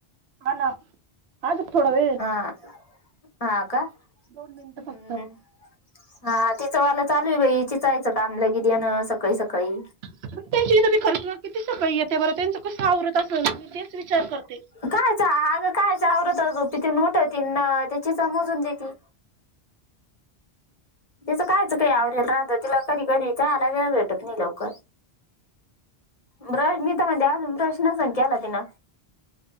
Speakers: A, on the right; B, on the left.
A: हाणा. अजून थोडा वेळ.
B: हां हा का
A: दोन मिनिटं
B: <unintelligible>
A: फक्त
B: हा तिचं वाला चालू आहे बाई चिचायचं कामलंगी येणं सकाळी-सकाळी.
A: पण त्यांची इथं बी खरंच ना किती सकाळी येते बरं त्यांच कसं आवरत असल मी तेच विचार करते.
B: कायच आगं कायच आवरत झोपेतून उठती त्या चीचा मोजुन देती. तिचं कायचं काही आवरेल राहतं तिला कधी-कधी चहायला वेळ भेटत नाही लवकर. ब्रश मी त म्हणते, अजून ब्रश नसन केला तिनं.